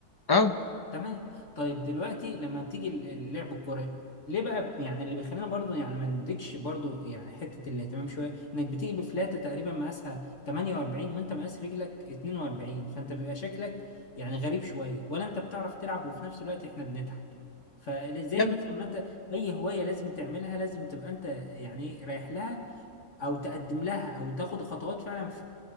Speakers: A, on the left; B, on the left.
A: اه
B: تمام طيب دلوقتي لما بتيجي ال- اللعب الكرة ليه بقى ب- يعني اللي بيخلينا برضو يعني ما نديكش برضو يعني حتة الاهتمام شوية انك بتيجي بفلاتة تقريبا مقاسها 48 وانت مقاس رجلك 42 فانت بيبقى شكلك يعني غريب شوية ولا انت بتعرف تلعب وفي نفس الوقت احنا بنضحك فزي
A: يا ابني،
B: مثلا ما انت اي هواية لازم تعملها لازم تبقى انت يعني رايح لها او تقدم لها او تاخد خطوات فعلا في-